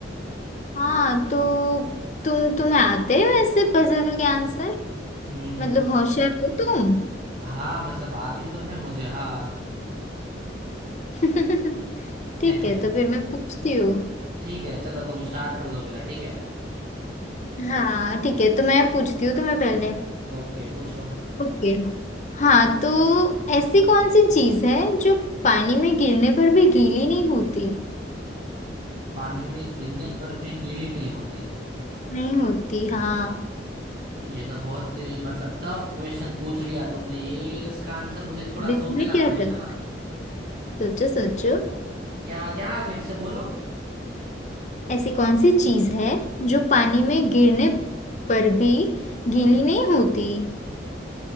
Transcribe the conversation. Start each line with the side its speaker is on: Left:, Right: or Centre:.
Left: हाँ तो तुम तुम्हें आते हो ऐसे पजल के आंसर
Right: हम्म
Left: मतलब होशियार हो तुम
Right: हाँ मतलब आती तो है मुझे हाँ
Left: <laughs>
Right: <laughs>
Left: ठीक है तो फिर मैं पूछती हूँ
Right: ठीक है चलो तुम स्टार्ट कर दो पहला ठीक है
Left: हाँ ठीक है तो मैं पूछती हूँ तुम्हें पहले
Right: ओके पूछो
Left: ओके हाँ तो ऐसी कौन सी चीज़ है जो पानी में गिरने पर भी गीली नहीं होती
Right: पानी में गिरने पर भी गीली नहीं होती
Left: नहीं होती हाँ
Right: ये तो बहुत ही मतलब टफ क्वेश्चन पूछ लिया तुमने ये इसका आंसर मुझे थोड़ा
Left: इसमें
Right: सोचना
Left: क्या
Right: पड़ेगा
Left: डर
Right: ना
Left: सोचो सोचो
Right: क्या क्या फिर से बोलो
Left: ऐसी कौन सी चीज है जो पानी में गिरने पर भी गीली नहीं होती